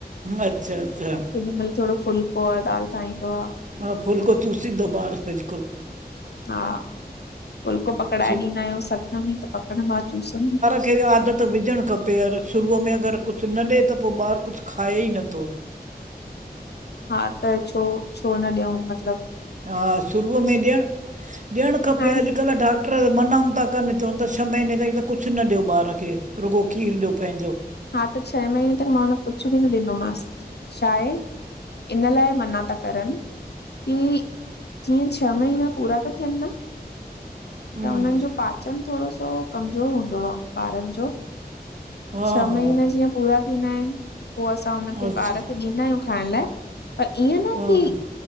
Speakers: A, on the right; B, on the left.
A: अच्छा- अच्छा!
B: केॾी मइल थोड़ो फुल्को ऐं दालि खाईंदो आ।
A: हा, फ़ुलको चूसींदो ॿारु बिल्कुलु।
B: हा, फ़ुलको पकडाए
A: शु
B: ॾींदा आहियूंसि हथ में त पकडणदो आ चूसंदो
A: केरि आदत विझणु खपे र शुरूअ में अगरि कुझु न ॾेए त पोई ॿारु कुझु खाए ई नथो।
B: हा त छो, छो न ॾियऊं मतलबु।
A: हां, शुरूअ में ॾियण, ॾियणु खपे
B: हाणे
A: अॼुकल्ह डाक् क्टर मनाऊं था करनि। चवनि था छहें महीने ताईं त कुझु न ॾियो ॿार खें रुॻो खीरु ॾियो पंहिंजो।
B: हा त छह महीने तक मां हुन कुझु ॿि न ॾिनोमांसि। छा आहे? इन लाइ मना ता करनि की ॼीअं छह महीना पूरा था थियनि न त
A: हम्म,
B: हुननि ॼो पाचन थोरो सो कमॼोर हूंदो आहें ॿारनि ॼो
A: हा
B: छह
A: हा
B: महीना ॼीअं पूरा थीन्दा आहिनि, पो असां हुनखे
A: अच्छा
B: ॿार खे ॾींदा आहियूं खाइण लाइ। पर ईएंं न
A: हा
B: कि
A: हा